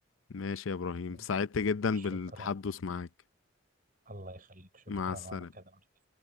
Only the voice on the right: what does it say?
يعني.
شكرا
الله يخليك شكرا
وأنا كذلك